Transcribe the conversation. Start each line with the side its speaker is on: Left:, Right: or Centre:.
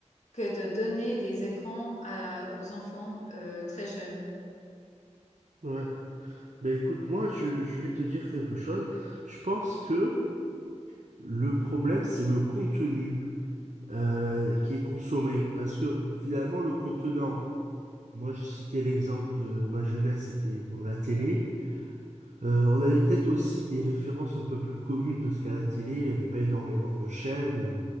Left: que de donner des écrans à- aux enfants euh, très jeunes.
Right: Ouais. Ben écoute, moi, je, je vais te dire quelque chose. Je pense que le problème, c'est le contenu. euh, qui est consommé. Parce que finalement, le contenant, moi je citais l'exemple de ma jeunesse, c'était bon, la télé. Euh, on avait peut-être aussi des références un peu plus communes parce qu'à la télé, il n'y avait pas énormément de chaînes, euh,